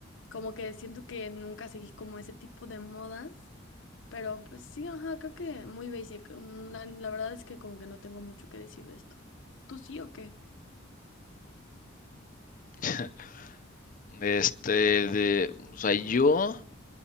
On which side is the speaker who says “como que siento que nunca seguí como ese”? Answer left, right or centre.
Left